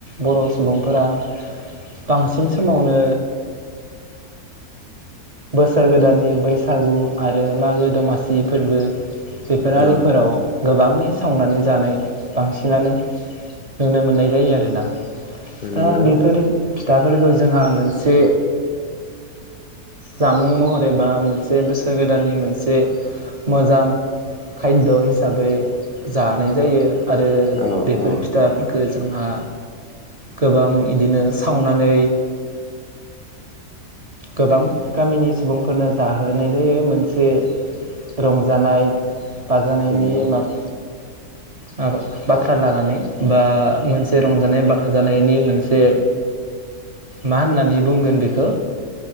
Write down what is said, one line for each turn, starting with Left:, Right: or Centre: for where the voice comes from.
Right: बर सुबुंफोरा बांसिन समावनो बोसोर गोदाननि बैसागु आरो मागो दमासि। नि फोरबो बेफोरारिफोराव
Left: औ
Right: गोबांङै सावनानै जानाय बांसिनानो नुनो मोननाय जायो आरोना। दा
Left: नंगौ
Right: बेफोरो फिद दाफोरखौ जोंहा मोनसे जामुं महरै बा मोनसे बोसोर गोदाननि मोनसे। मोजां खायद हिसाबै जानाय जायो आरो
Left: औ
Right: बेफोर
Left: औ
Right: फिथा गो जोंहा गोबां इदिनो सावनानै गोबां गामिनि सुबुंफोरनो जाहोनाय जायो मोनसे। रंजानाय बाजानायनि
Left: नंगौ
Right: माबा माबख बाथ्रा लानानै बा मोनसे रंजानाय बाजानायनि मोनसे मा होननानै बुंगोन बेखो।